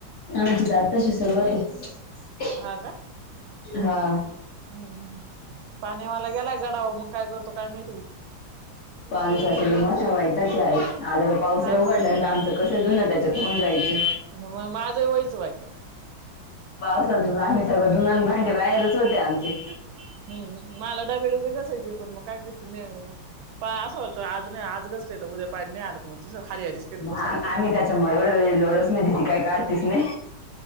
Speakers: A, on the left; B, on the right.
A: आमची डाळ तशी सुरवात आहे
B: हा का
A: हा.
B: हम्म हम्म. पाण्यावाला गेलाय गडावर, मग काय करतो काय माहीती.
A: पानसा <unintelligible> तल मोठावायता काय आध पाऊसही
B: हा
A: उघडलंय.
B: ना
A: नाही तर आमचं कसंही धुण त्याच्यात होऊन जायचं.
B: मग माझं वयच बाई
A: पावसातच आम्ही सगळं धुण आणि भांडे बाहेरच होते आमचे.
B: हम्म हम्म. मला डबे डुबे घासायचेत, पण मग काय करती <unintelligible> पण असं होतं आज नाही आज घासले, तर उद्या पाणी आलं. मग तुज हरी हरीच करत बसायला
A: आम-
B: लागलं.
A: आम्ही त्याच्यामुळे एवढं लोडच नाही ती काय काढतीच नाही